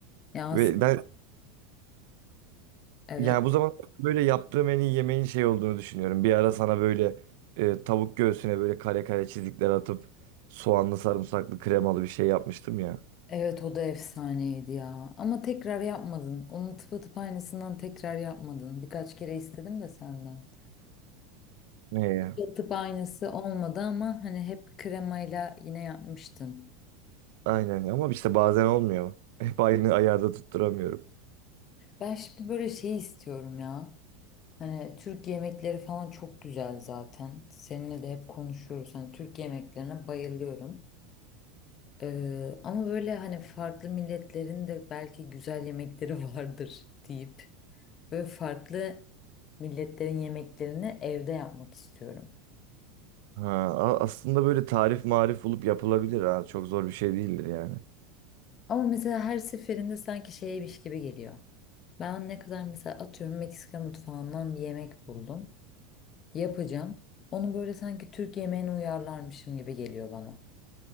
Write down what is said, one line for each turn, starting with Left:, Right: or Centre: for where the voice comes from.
Left: Ya aslında
Right: Ve ben
Left: evet.
Right: yani bu zaman böyle yaptığım en iyi yemeğin şey olduğunu düşünüyorum. Bir ara sana böyle e, tavuk göğsüne böyle kare kare çizikler atıp soğanlı sarımsaklı kremalı bir şey yapmıştım ya.
Left: Evet o da efsaneydi ya. Ama tekrar yapmadın. Onun tıpatıp aynısından tekrar yapmadın. Birkaç kere istedim de senden.
Right: Ne ya?
Left: Tıpatıp aynısı olmadı ama hani hep kremayla yine yapmıştın.
Right: Aynen ama işte bazen olmuyor. <laughs> Hep aynı ayarda tutturamıyorum.
Left: Ben şimdi böyle şey istiyorum ya. Hani Türk yemekleri falan çok güzel zaten. Seninle de hep konuşuyoruz. Hani Türk yemeklerine bayılıyorum. Ee, ama böyle hani farklı milletlerin de belki güzel yemekleri <laughs> vardır deyip böyle farklı milletlerin yemeklerini evde yapmak istiyorum.
Right: Ha, a- aslında böyle tarif marif bulup yapılabilir ha. Çok zor bir şey değildir yani.
Left: Ama mesela her seferinde sanki şeymiş gibi geliyor. Ben ne kadar mesela atıyorum Meksika mutfağından bir yemek buldum. Yapacağım. Onu böyle sanki Türk yemeğine uyarlarmışım gibi geliyor bana.